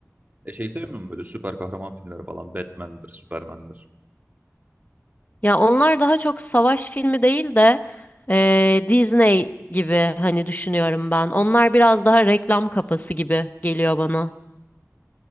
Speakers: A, on the right; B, on the left.
A: E şey sevmiyorum böyle süper kahraman filmleri falan. Batman'dir, Superman'dir.
B: Ya onlar daha çok savaş filmi değil de eee, Disney gibi hani düşünüyorum ben. Onlar biraz daha reklam kafası gibi geliyor bana.